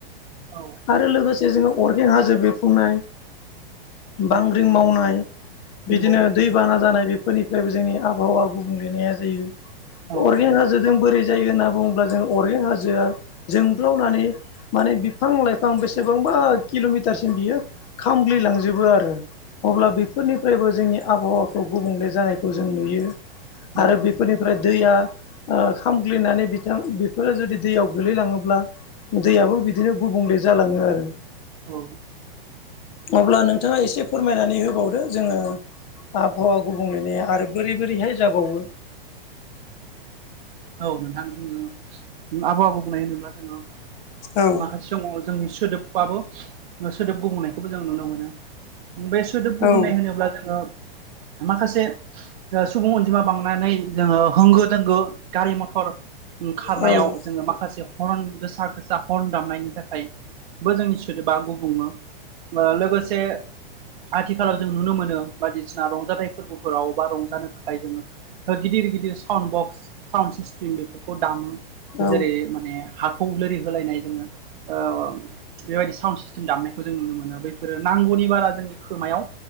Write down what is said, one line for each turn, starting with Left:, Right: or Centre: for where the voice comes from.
Right: औ
Left: आरो लोगोसे जोङो अरगें हाजो बिरफुंनाय बांग्रिं मावनाय बिदिनो
Right: नंगौ
Left: दैबाना जानाय बेफोरनिफ्रायबो जोंनि आबहावा गुबुंलेनाया जायो।
Right: औ
Left: अरगें हाजोजों बोरै जायो होनना बुङोब्ला जों अरगें हाजोआ जोंब्लावनानै माने बिफां लाइफां बेसेबांबा किल'मिटारसिम बियो खामग्लिलांजोबो आरो अब्ला बेफोरनिफ्रायबो जोंनि आबहावाखौ गुबुंले जानायखौ जों नुयो।
Right: नंगौ
Left: आरो बेफोरनिफ्राय दैया ओ खामग्लिनानै बिथां बेफोरो जुदि दैयाव गोलैलाङोब्ला दैयाबो बिदिनो गुबुंले जालाङो आरो
Right: औ
Left: अब्ला नोंथाङा एसे फोरमायनानै होबावदो जोङो आबहावा गुबुंलेनाया आरो बोरै बोरैहाय जाबावो।
Right: औ नोंथां जोङो आबहावा गुबुंनाय होनोब्ला जोङो
Left: औ
Right: माखासे समाव जोंनि सोदोबबाबो सोदोब गुबुंनायखौबो जों नुनो मोनो बे सो सोदोब गुबुंनाय
Left: औ
Right: होनोब्ला जोङो माखासे सुबुं अनजिमा बांनानै जोङो होंगो दोंगो गारि मथर ओं खारनायाव
Left: औ
Right: जोङो माखासे हरन गोसा गोसा हर्न दामनायनि थाखायबो जोंनि सोदोबा गुबुङो। बा लोगोसे आथिखालाव जों नुनो मोनो बायदिसिना रंजाथाइ फोरबोफोराव बा रंजानो थाखाय जोङो गिदिर गिदिर साउन्ड बक्स साउन्ड सिस्टेम बेफोरखौ दामो
Left: औ
Right: जेरै माने हाखौ लोरि होलायनाय जोङो ओ बेबायदि साउन्ड सिस्टेम दामनायखौ जों नुनो मोनो बैफोरो नांगौनि बारा जोंनि खोमायाव